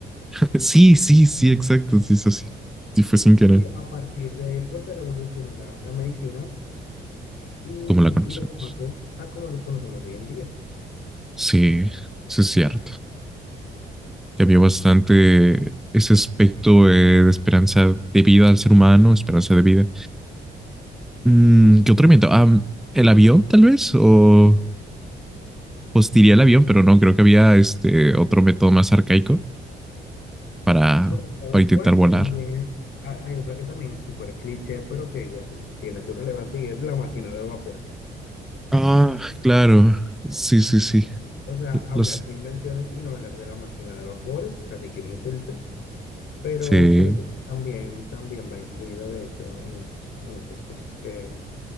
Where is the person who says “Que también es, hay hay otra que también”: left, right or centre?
Left